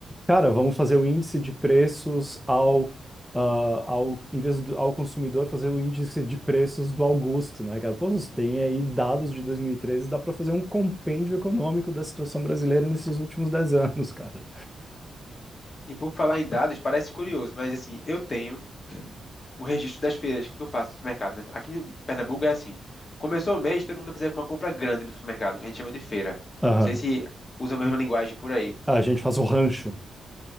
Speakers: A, in the centre; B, on the left (about 40°).
A: Cara, vamos fazer o índice de preços ao, ah, ao em vez do, ao consumidor, fazer o índice de preços do Augusto, né, cara? Pô, você tem aí dados de 2013. dá para fazer um compêndio econômico da situação brasileira nesses últimos 10 anos, cara.
B: E por falar em dados, parece curioso, mas assim, eu tenho <clears throat> o registro das feiras que eu faço no supermercado. né? Aqui em Pernambuco é assim. Começou o mês, todo mundo fazia uma compra grande no supermercado, que a gente chama de feira.
A: Aham.
B: Não sei se usa a mesma linguagem por aí.
A: Ah, A gente faz o rancho.